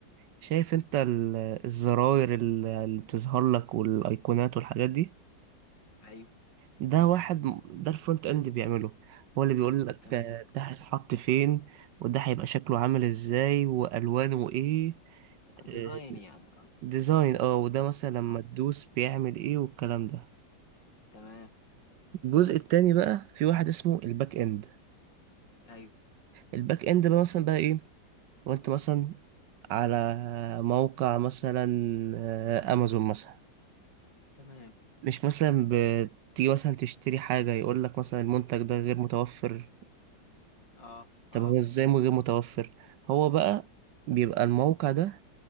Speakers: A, on the right; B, on the left.
A: شايف انت ال... الزراير ال- اللي بتظهر لك والايقونات والحاجات دي
B: ايوه
A: ده واحد م- ده الفرونت اند بيعمله هو اللي بيقول لك
B: تمام
A: آه، ده هيتحط فين وده هيبقى شكله عامل ازاي والوانه ايه
B: كديزاين
A: آه،
B: يعني قصدي.
A: ديزاين اه وده مثلا لما
B: اه
A: تدوس بيعمل ايه والكلام ده
B: تمام
A: الجزء التاني بقى في واحد اسمه الباك اند
B: ايوه
A: الباك اند بقى مثلا بقى ايه وانت مثلا على موقع مثلا آه، امازون مثلا
B: تمام
A: مش مثلا بتيجي مثلا تشتري حاجة يقول لك مثلا المنتج ده غير متوفر
B: اه اه
A: طب هو ازاي مو غير متوفر هو بقى بيبقى الموقع ده